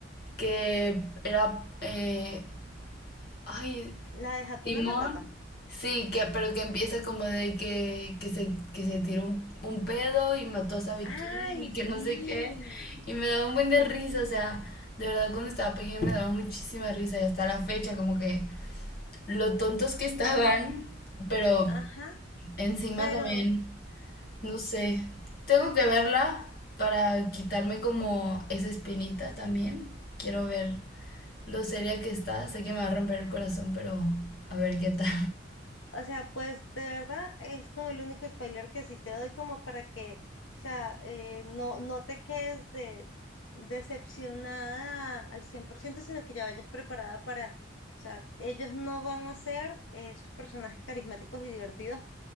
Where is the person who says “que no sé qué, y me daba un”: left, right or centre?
Left